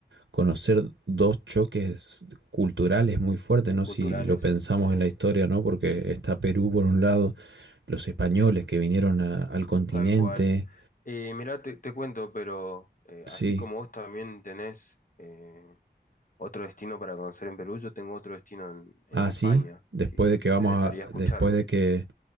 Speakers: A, on the right (about 85°); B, on the left (about 45°).
A: conocer dos choques culturales muy fuertes, ¿no?
B: Culturales.
A: Si lo pensamos
B: Sí,
A: en la historia, ¿no? Porque está Perú por un lado, los españoles que vinieron a- al continente,
B: tal cual. Eh, mirá, te, te cuento, pero eh,
A: sí,
B: así como vos también tenés eh, otro destino para conocer en Perú, yo tengo otro destino en, en
A: Así,
B: España,
A: después
B: si, si
A: de
B: te
A: que
B: interesaría
A: vamos a,
B: escucharme.
A: después de que,